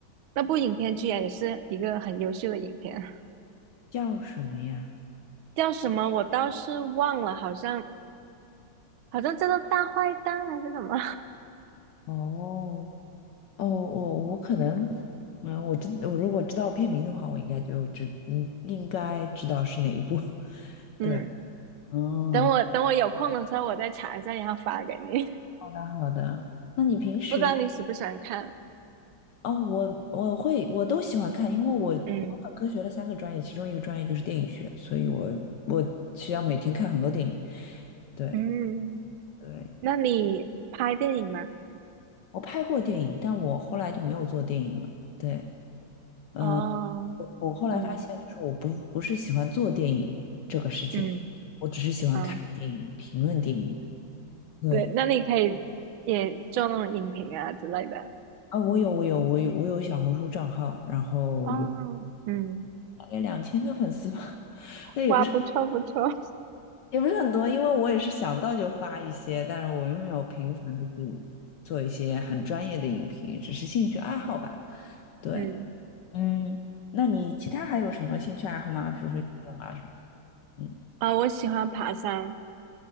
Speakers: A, on the right; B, on the left.
A: 那部影片居然也是一个很优秀的影片，<laughs>
B: 叫什么呀？
A: 叫什么我倒是忘了，好像好像叫做《大坏蛋》还是什么？
B: 哦。哦我我可能，嗯，我真我如果知道片名的话，我应该就知，你应该知道是哪一部。<laughs>
A: <laughs> 嗯，
B: 对，嗯，
A: 等我等我有空的时候我再查一下，然后发给你。<laughs>
B: 好的好的。那你平时，
A: 不知道你喜不喜欢看？
B: 哦，我我会我都喜欢看，因为我我本科学了三个专业，
A: 嗯
B: 其中一个专业就是电影学，所以我我需要每天看很多电影。对
A: 嗯，
B: 对，
A: 那你拍电影吗？
B: 我拍过电影，但我后来就没有做电影了。对。呃
A: 哦，
B: 我我后来发现，
A: 嗯
B: 就是我不不是喜欢做电影这个事情，
A: 嗯
B: 我只是喜欢看电影、
A: 哦，
B: 评论电影。对，
A: 对，那你可以也做那种影评啊之类的。
B: 啊，我有我有我有我有小红书账号，然后有
A: 哦，嗯，
B: 大概两千个粉丝吧，<laughs> 那也不是
A: 哇，不错不错，
B: 也不是很多，因为我也是想到就发一些，但是我又没有频繁的去做一些很专业的影评，只是兴趣爱好吧。对，
A: <laughs> 嗯。
B: 嗯，那你其他还有什么兴趣爱好吗？比如说运动啊什么的？嗯，
A: 啊、我喜欢爬山，